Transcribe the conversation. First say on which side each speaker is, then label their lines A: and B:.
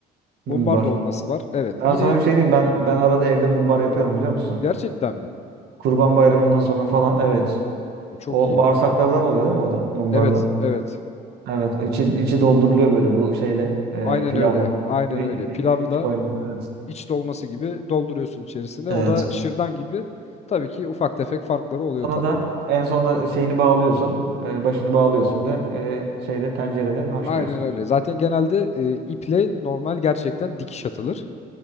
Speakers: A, on the right; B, on the left.
A: Mumbar.
B: Mumbar dolması var. Evet.
A: Ben
B: Yine
A: sana bir şey diyeyim. Ben ben arada evde mumbar yapıyorum biliyor musun?
B: Gerçekten mi?
A: Kurban Bayramı'ndan sonra falan. Evet.
B: E, Çok
A: O
B: iyi.
A: bağırsaklardan oluyor değil mi o da? Mumbarda.
B: Evet, evet.
A: Evet. İçi, içi dolduruluyor böyle bu şeyle. E,
B: Aynen
A: pilavla.
B: öyle. Aynen
A: Pirin,
B: öyle.
A: pirin,
B: Pilavla
A: pirinç koyun. Evet.
B: iç dolması gibi dolduruyorsun içerisine.
A: Evet.
B: O da şırdan gibi. Tabii ki ufak tefek farkları oluyor
A: Sana
B: tat
A: da
B: olarak.
A: en sonunda şeyini bağlıyorsun. e, başını bağlıyorsun ve e, şeyde tencerede haşlıyorsun.
B: Aynen öyle. Zaten genelde e, iple normal gerçekten dikiş atılır.